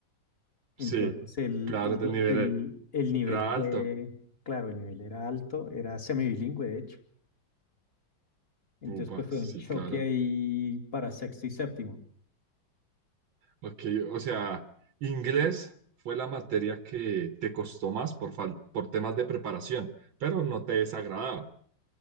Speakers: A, on the left; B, on the right.
A: Entonces
B: Sí,
A: el,
B: claro,
A: el,
B: el nivel
A: el- el nivel
B: era
A: fue,
B: alto.
A: claro, el nivel era alto, era semibilingüe de hecho. Entonces
B: Upa,
A: pues fue
B: sí,
A: un choque
B: claro.
A: ahí para sexto y séptimo.
B: Ok, o sea, inglés fue la materia que te costó más por, fal- por temas de preparación, pero no te desagradaba.